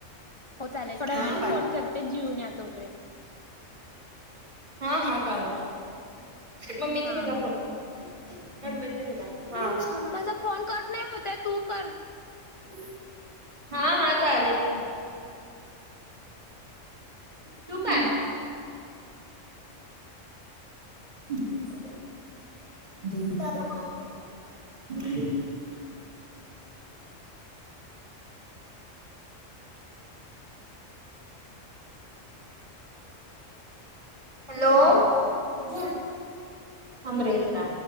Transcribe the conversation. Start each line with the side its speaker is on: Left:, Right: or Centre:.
Left: हो चालेलं थोड्या
Right: हा
Left: वेळाने
Right: बाय
Left: फोन करते, जीऊन यात. - तोपर्यंत.
Right: हा हा चालेल, मम्मीचा
Left: हा
Right: घे जा फोन, <unintelligible> घेजा हा
Left: माझा फोन कट नाही होत हाय तू करं.
Right: <inaudible> हां हां चालेल. ठेवू काय? <unintelligible> हॅलो, ए थांबरे जरा.